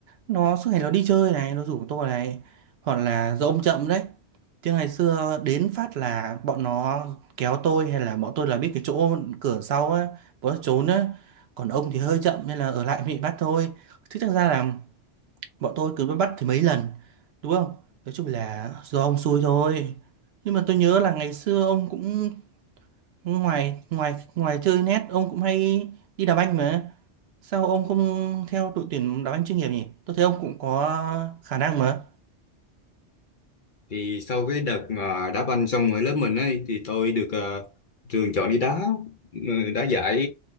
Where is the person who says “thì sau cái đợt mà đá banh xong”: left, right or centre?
Left